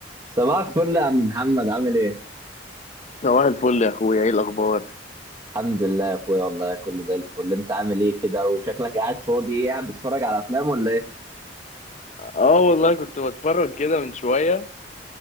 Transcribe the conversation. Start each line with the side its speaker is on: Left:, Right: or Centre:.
Right: صباحك فل يا عم محمد عامل ايه؟
Left: صباح الفل يا اخويا ايه الاخبار
Right: الحمد لله يا اخويا والله كله زي الفل انت عامل ايه كده وشكلك قاعد فاضي ايه قاعد بتتفرج على افلام ولا ايه؟
Left: اه والله كنت بتفرج كده من شويه